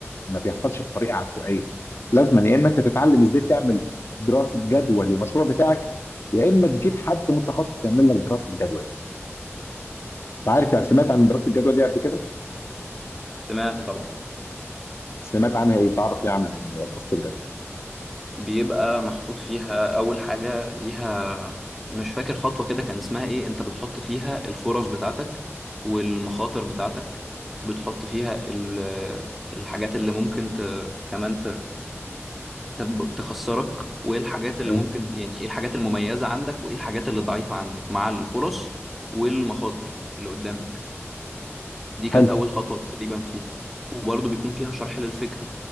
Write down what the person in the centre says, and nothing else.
سمعت طبعا
بيبقى محطوط فيها أول حاجة ليها مش فاكر خطوة كده كان اسمها إيه أنت بتحط فيها الفرص بتاعتك والمخاطر بتاعتك بتحط فيها ال- الحاجات اللي ممكن ت... كمان تب- تخسرك وايه الحاجات اللي
ممكن يعني ايه الحاجات المميزة عندك وايه الحاجات اللي ضعيفة عندك مع الفرص والمخاطر اللي قدامك دي كانت
أول خطوة تقريبا فيها وبرضه بيكون فيها شرح للفكرة